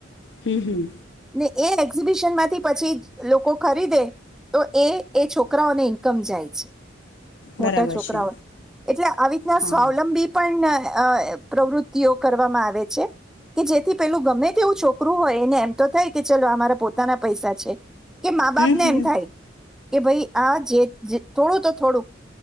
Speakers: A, on the left; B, in the centre.
A: હમ હમ.
B: ને એ એક્ઝિબિશન માંથી પછી લોકો ખરીદે તો એ એ છોકરાઓને ઈનકમ જાય છે. મોટા
A: બરાબર
B: છોકરાઓ
A: છે
B: એટલે આવી રીતના
A: હા
B: સ્વાવલંબી પણ અ પ્રવૃતીયો કરવામાં આવે છે કે જેથી પેલું ગમે તેવુ છો છોકરું હોય એને એમ તો થાય કે ચલો આ મારા પોતાના પૈસા છે. કે મા
A: હમ
B: બાપને
A: હમ
B: એમ થાય કે ભાઈ આ જે જે થોડું તો થોડુંક